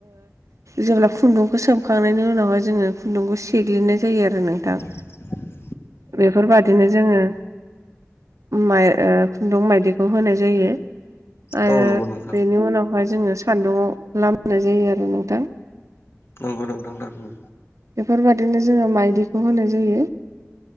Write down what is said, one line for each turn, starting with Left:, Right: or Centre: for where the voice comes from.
Right: जेब्ला खुन्दुंखौ सोमखांनायनि उनावहाय जोङो खुन्दुंखौ सेग्लिनाय जायो आरो नोंथां
Left: <inaudible>
Right: बेफोरबादिनो जोङो माइ खुन्दुं मायदिखौ होनाय जायो आरो
Left: औ नंगौ नोंथां
Right: बेनि उनावहाय जोङो सान्दुंङाव लाम होननाय जायो आरो नोंथां
Left: नंगौ नोंथां थारैनो
Right: बेफोरबादिनो जोङो माइदिखौ होनाय जायो